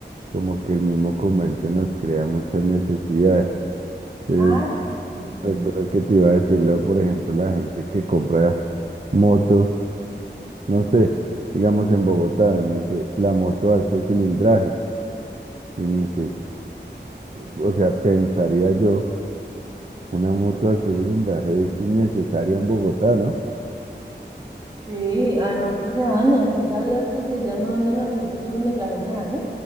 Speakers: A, on the right; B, on the right.
A: como que el mismo comercio nos crea muchas necesidades. Entonces,
B: Ah, sí, sí, sí.
A: recuerdo que te iba a decirlo, por ejemplo, la gente que compra motos, no sé, digamos en Bogotá, uno dice la moto alto cilindraje, y uno dice, o sea, pensaría yo Una moto de alto cilindraje es innecesaria en Bogotá, ¿no?
B: Sí, además que se daña. ¿Sí sabías que si ellas no andan a cierto kilometraje se dañan?